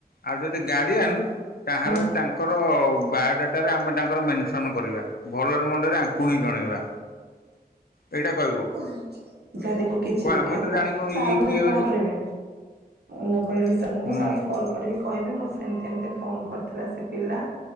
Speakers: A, on the left (about 65°); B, on the right (about 80°).
A: ଆଉ ଯଦି <unintelligible> ତାହେଲେ
B: ହୁଁ
A: ତାଙ୍କର ବାୟୋଡାଟାରେ ଆମେ ତାଙ୍କର ମେନ୍ସନ୍ କରିବା। ଭଲରେ ମୁନ୍ଦରେ ୟାଙ୍କୁ ହିଁ ଜଣେଇବା। ଏଇଟା କହିବ
B: <unintelligible> ଯାହା ଦେଖ କିଛି
A: କ
B: ଲେଖା
A: ଆମେ ତ
B: ହୋଇ ଥିବ
A: ଜାଣିନୁ
B: ସାର
A: ଇଏ
B: କୁ
A: କିଏ
B: ଟିକେ ଫୋନ୍
A: ବୋଲି
B: କରିବେ। ମୁଁ କହିଲି ସା ମୁଁ
A: ହୁଁ
B: ସାର୍ ଙ୍କୁ କଲ୍ କରିବି। କହିବି ମୁଁ ସେମିତି ଏମତି ଫୋନ କରିଥିଲା ସେ ପିଲା